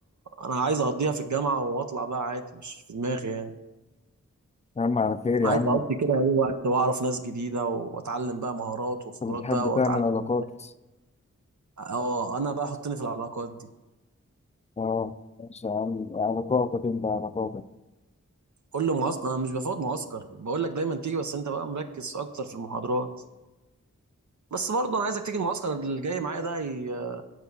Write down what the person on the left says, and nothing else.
يا عم على خير يا
عم
انت بتحب
تعمل علاقات
اه ماشي يا عم علاقاتك انت علاقاتك